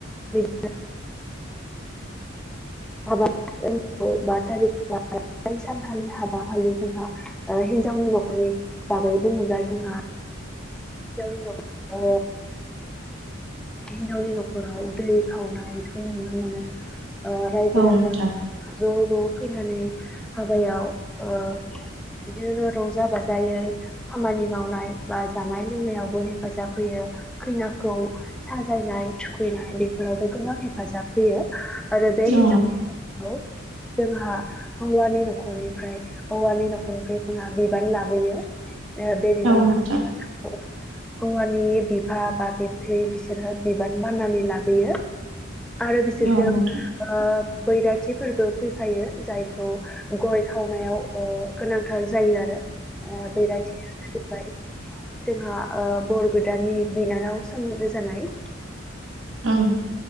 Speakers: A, in the centre; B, on the right.
A: बिदिनो <unintelligible> बा थारिग <unintelligible> बै सानखालि हाबाखालि जोंहा ओ हिनजावनि न'खरनि बागै बुंङोब्ला जोंहा <unintelligible> अ हिनजावनि न'खराव दै खावनायखौ नुनो मोनो। ओ रायजो
B: औ
A: राजा
B: नोंथां
A: ज' ज' फैनानै हाबायाव ओ बिदिनो रंजा बाजायै खामानि मावनाय बा जा नाय लोंनायावबो हेफाजाब होयो खैनाखौ साजायनाय थुखैनाय बेफोरावबो गोबां हेफाजाब होयो आरो बे हिनजाव
B: औ नोंथां औ
A: गोदानखौ जोंहा हौवानि न'खरनिफ्राय हौवानि न'खरनिफ्राय जोंहा बिबान लाबोयो। ओ बे
B: नोंथां
A: बिबानखो <unintelligible> हौवानि बिफा बा बिबथै बिसोरहा बिबान बाननानै लाबोयो। आरो बिसोरजों
B: औ नोंथां औ नोंथां
A: ओ बैरा थि फोरबो फैफायो जायखौ गय खावनायाव अ गोनांथार जायो आरो। ओ बैरखथिया जाहैबाय जोंहा ओ बर गोदाननि बिनानाव सोमोन्दो जानाय
B: ओं